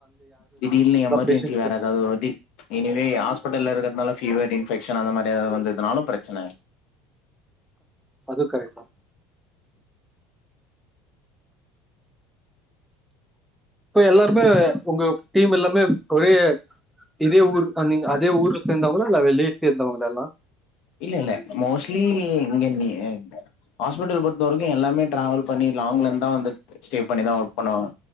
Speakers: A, on the left; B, in the centre.
A: திடீருனு எமர்ஜென்சி
B: பேஷன்ஸ்
A: வேற ஏதாவது ஒரு இசு எனி வே ஹாஸ்பிடல்ல இருக்கறதுனால ஃப்பீவர் இன்ஃபெக்ட் <unintelligible> அந்த மாரி எதாது வந்ததுர்ந்துதுனாலு ப்ரச்சன இல்
B: அது கரெக்ட்தா இப்ப எல்லாருமே உங்க டீம் எல்லாமே ஒரே இதே ஊர் அ நீங்க அதே ஊர்ல சேந்தவங்களா இல்ல வெளியே சேந்தவங்களா எல்லா
A: இல்ல இல்ல மோஸ்ட்லி இங்க நி ஹாஸ்பிட்டல் பொறுத்த வரைக்கு எல்லாமே ட்ராவல் பண்ணி லாங்லேந்தா வந்து ஸ்டே பண்ணிதா ஒர்க் பண்ணுவாங்க